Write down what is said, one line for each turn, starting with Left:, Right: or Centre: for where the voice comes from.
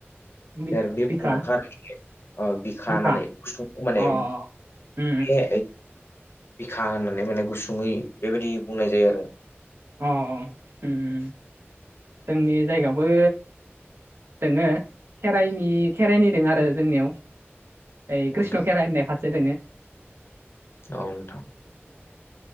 Right: बिखा
Left: आरो बे
Right: बिखा
Left: फ बिखानानैसखौ
Right: बिखा
Left: माने
Right: अ उम
Left: ए बिखा होननानै माने गुसुङै बेबायदि बुंनाय जायो आरो
Right: अ उम जोंनि जायगायावबो दङो खेराइनि खेराइनि दङ आरो जोंनियाव ओइ
Left: नोंथां
Right: कृष्ण खेराइ होननाय खाथि <unintelligible>
Left: औ नोंथां